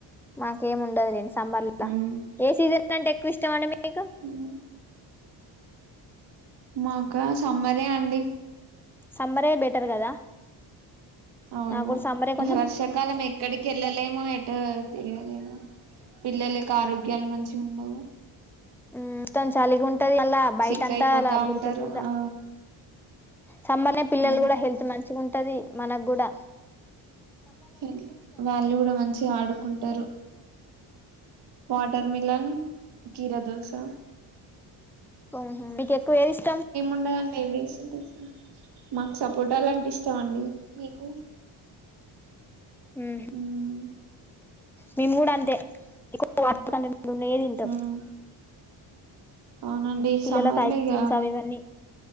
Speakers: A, in the centre; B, on the right (about 60°).
A: మాకేమి ఉండదు లెండి సమ్మర్ ఇళ్ళ
B: ఉమ్,
A: ఏ సీజన్ సీజన్ అంటే ఎక్కువ ఇష్టం అండి మీకు
B: ఉమ్. మాకా సమ్మరే అండి
A: సమ్మర్ హే బెటర్ కదా
B: అవును
A: నాకు కూడా సమ్మరే కొంచెం
B: వర్ష కాలం ఎక్కడికి వెళ్ళలేము ఎటు తిరగలేము పిల్లల కి ఆరోగ్యాలు మంచిగుండవు
A: హు మొత్తం చలిగుంటది మళ్ళ బయటంతా
B: సిక్ అయిపోతా
A: అల బుర్ద
B: ఉంటారు
A: బురద
B: ఆ
A: సమ్మర్ ల నే పిల్లలు
B: ఆ
A: కూడా హెల్త్ మంచి ఉంటది మనగ్గుడా
B: ఎం లే వాళ్ళు కూడా మంచిగ ఆడుకుంటారు వాటర్ మిలన్ కీరా దోసా
A: హమ్ హు మీకు ఎక్కువ ఏది ఇష్టం
B: ఉండదండి ఏవి <unintelligible> మాకు సపోటా లంటే ఇష్ ష్టం మండి మీకు
A: మ్
B: మ్మ్
A: మేము కూడా అంతే <unintelligible> ఇప్పుడున్నయే తింటం
B: మ్మ్ అవునండి
A: హు పిల్లలకు
B: సమ్మర్లో
A: ఐస్
B: ఇక
A: క్రీమ్స్ అవి ఇవన్నీ